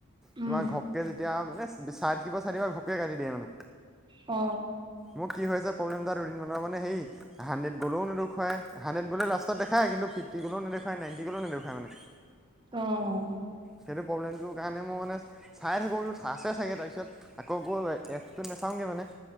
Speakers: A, in the centre; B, on the right.
A: তোমাৰ
B: উম
A: ঘপকে যেতিয়া মানে চাই থাকিব চাই থাকিব ঘপকে কাটি দিয়ে মানে।
B: অ
A: মোৰ কি হৈছে। প্ৰব্লেম এটা দুদিনমানৰ সেই হাণ্ড্ৰেড' গলো নেদেখুৱাই হাণ্ড্ৰেড গলে লাষ্টত দেখায় কিন্তু ফিফটি গলেও নেদেখাই নাইনটি গলো নেদেখুৱাই মানে।
B: অহ।
A: সেইটো প্ৰব্লেমটোৰ কাৰণে মই মানে চাই থাকোঁ বোলো আছে চাগে তাৰপিছত আকৌ এপচটোত নেচাওঁগে মানে।